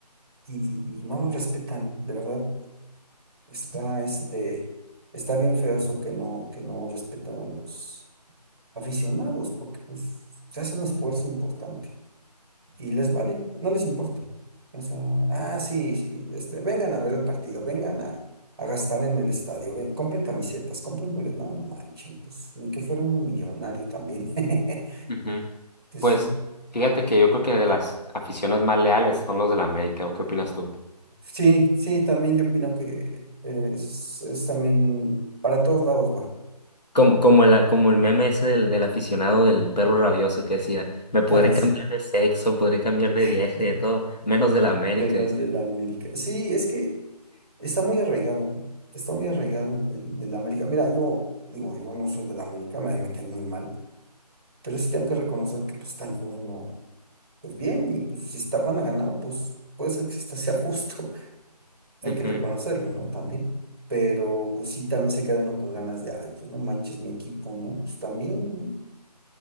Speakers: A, on the right; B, on the left.
A: y, y- y no nos respetan, de verdad. Está, este, está bien feo eso que no, que no respetan a los aficionados, porque pues se hace un esfuerzo importante y les vale, no les importa. O sea, ah, sí, sí, este, vengan a ver el partido, vengan a, a gastar en el estadio, ven, compren camisetas, compren boletos, no manchen, pues ni que fuera uno millonario también. <laughs> Entonces
B: Ujú. Pues
A: sí,
B: fíjate que yo creo que de las aficiones más leales son los del América, ¿o qué opinas tú?
A: sí, sí, también yo opino que es, es también para todos lados va.
B: Como, como el, como el meme ese del, del aficionado del perro rabioso que decía, me podré
A: Ah, sí.
B: cambiar de sexo, podré cambiar de viaje,
A: <laughs>
B: de todo, menos de la América.
A: Venus
B: dice.
A: del América. Sí, es que está muy arraigado, ¿no? está muy arraigado el, el, del América. Mira, yo digo, yo no soy del América, me, me cae muy mal, pero sí tengo que reconocer que pues están jugando pues bien y pues si está, van a ganar, pues puede ser que hasta sea justo, <laughs> hay
B: Ujú.
A: que reconocerlo, ¿no? También. Pero pues sí, también se queda uno con ganas de, ay, pues no manches mi equipo, ¿no? Pues también, ¿no?